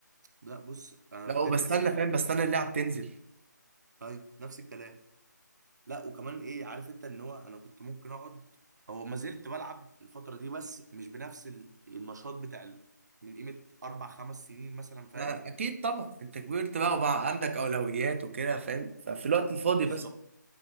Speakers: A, on the right; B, on the right.
A: لا بص انا
B: لا
A: بجد
B: وبستنى
A: اتسحلت
B: فاهم
A: في
B: بستنى
A: الحوار
B: اللعب
A: ده
B: تنزل
A: ايوه نفس الكلام لا وكمان ايه عارف انت ان هو انا كنت ممكن اقعد هو ما زلت بلعب الفتره دي بس مش بنفس ال- النشاط بتاع ال- من قيمه اربع خمس سنين مثلا فاهم
B: آه، اكيد طبعا انت كبرت بقى وبقى عندك اولويات وكده فاهم ففي الوقت الفاضي
A: بالظبط
B: بس